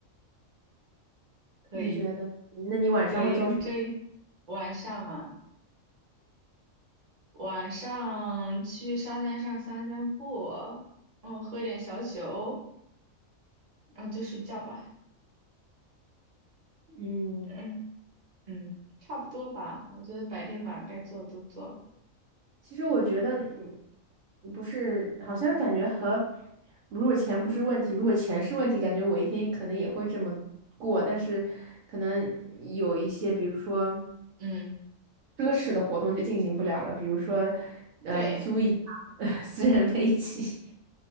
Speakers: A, on the right; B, on the right.
A: 可以
B: 你觉得？那你晚上会做什么？
A: 可以。那这一晚上啊，晚上去沙滩上散散步，然后喝点小酒，然后就睡觉吧。
B: 嗯。
A: 嗯嗯，差不多吧。我觉得白天把该做的都做了。
B: 其实我觉得嗯不是，好像感觉和如果钱不是问题，如果钱是问题，感觉我一天可能也会这么过，但是可能有一些，比如说
A: 嗯，
B: 奢侈的活动就进行不了了，比如说呃租一架
A: 对
B: <laughs> 私人飞机，